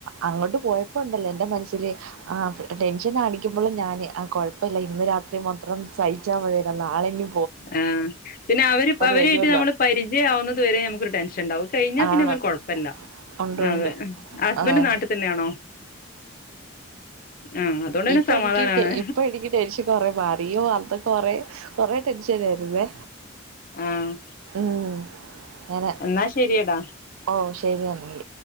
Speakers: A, on the right (about 80°); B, on the left (about 40°).
A: അങ്ങട്ട് പോയപ്പോ ണ്ടല്ലോ ന്റെ മനസ്സില് ആ ടെൻഷൻ ആടിക്കുമ്പോളും ഞാന് ആ കുഴപ്പല്ല ഇന്ന് രാത്രി മാത്രം സഹിച്ചാമതിയല്ലോ നാളിഞ്ഞി
B: ആ പിന്നെ അവര് പ്പ അവരായിട്ട്
A: വരുവല്ലോ
B: നമ്മള് പരിചയ ആവുന്നത് വരെ നമുക്കൊരു ടെൻഷൻ ഉണ്ടാവുംഅത് കഴിഞ്ഞാൽ പിന്നെ
A: ആണ്
B: അവര്കൊഴാപ്പ കൊയ്പ്പല്ല
A: ഉണ്ട്
B: അതെ
A: ഉണ്ട്
B: ഹസ്ബൻഡ്
A: ആഹ്
B: നാട്ടി തന്നെയാണോ ആഹ് അതുകൊണ്ട് പിന്നെ
A: ഇപ്പ
B: സമാധാനാണ്
A: എനിക്ക് ഇപ്പ എനിക്ക് ടെൻഷൻ കൊറെ മാറിയെ അത കൊറെ കൊറെ ടെൻഷന ആയിരുന്നേ
B: ആഹ്
A: ഉം അങ്ങനെ
B: എന്നാ ശരിയെടാ
A: ഓ ശരി എന്നൽ